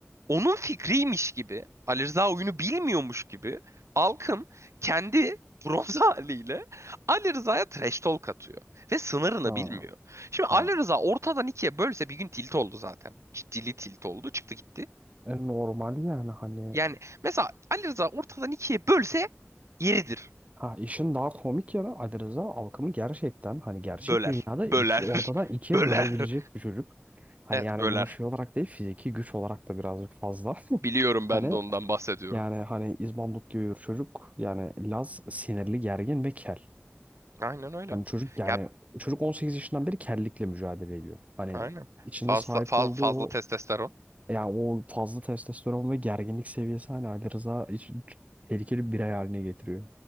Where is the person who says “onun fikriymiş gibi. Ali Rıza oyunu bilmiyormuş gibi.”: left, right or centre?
Right